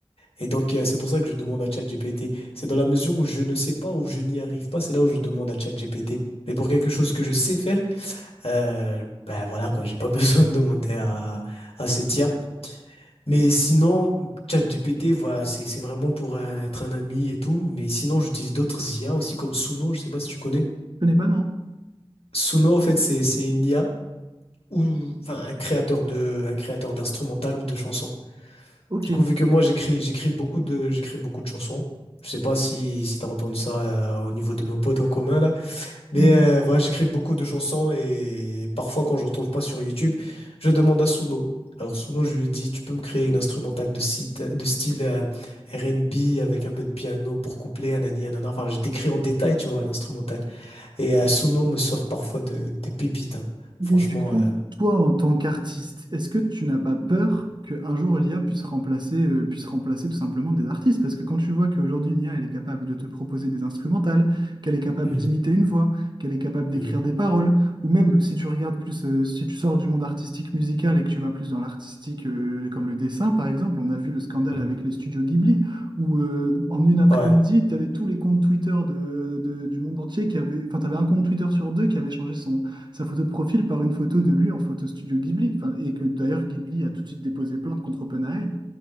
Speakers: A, on the left; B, on the right.
A: Et donc euh, c'est pour ça que je demande à ChatGPT. C'est dans la mesure où je ne sais pas ou je n'y arrive pas, c'est là où je demande à ChatGPT. Mais pour quelque chose que je sais faire, euh, ben voilà quoi, j'ai pas <laughs> besoin de demander à à cette IA. Mais sinon ChatGPT, voilà, c'est c'est vraiment pour euh, être un ami et tout. Mais sinon j'utilise d'autres IA aussi comme Suno, je sais pas si tu connais.
B: Je connais pas, non?
A: Suno en fait c'est c'est une IA ou enfin un créateur de un créateur d'instrumental ou de chansons.
B: Ok,
A: Du coup, vu que moi j'écris j'écris beaucoup de j'écris beaucoup de chansons. Je sais pas si si t'as entendu ça euh, au niveau de nos potes en commun là, mais
B: oui.
A: euh, voilà, j'écris beaucoup de chansons et parfois quand je ne trouve pas sur YouTube, je demande à Suno. Alors Suno, je lui dis tu peux me créer une instrumentale de site de style euh, R&B avec un peu de piano pour coupler anani anana. Enfin, je décris en détail, tu vois, l'instrumental. Et euh, Suno me sort parfois de des pépites. hein.
B: Mais
A: Franchement,
B: du coup,
A: euh,
B: toi, en tant qu'artiste, est-ce que tu n'as pas peur qu'un jour l'IA puisse remplacer, euh, puisse remplacer tout simplement des artistes? Parce que quand tu vois qu'aujourd'hui, une IA, elle est capable de te proposer des instrumentales, qu'elle est capable
A: Mhm,
B: d'imiter une voix, qu'elle est capable d'écrire
A: mhm.
B: des paroles, ou même si tu regardes plus, euh, si tu sors du monde artistique musical et que tu vas plus dans l'artistique, euh, comme le dessin, par exemple, on a vu le scandale
A: Mhm.
B: avec les studios Ghibli, où euh, en une après-midi,
A: Ouais,
B: tu avais tous les comptes Twitter de, de- du monde entier qui avaient, enfin, tu avais un compte Twitter sur deux qui avait changé son sa photo de profil par une photo de lui en photo studio Ghibli. Enfin, et que d'ailleurs Ghibli a tout de suite déposé plainte contre OpenAI.